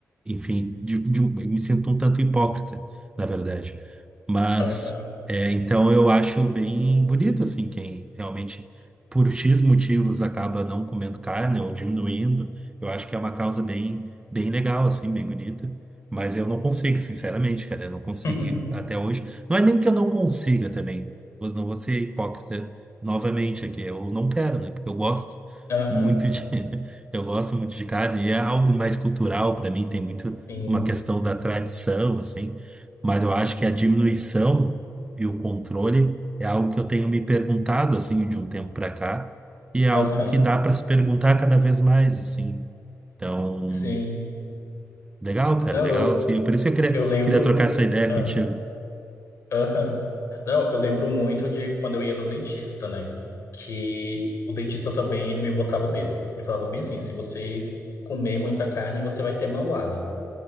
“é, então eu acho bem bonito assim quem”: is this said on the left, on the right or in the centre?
Right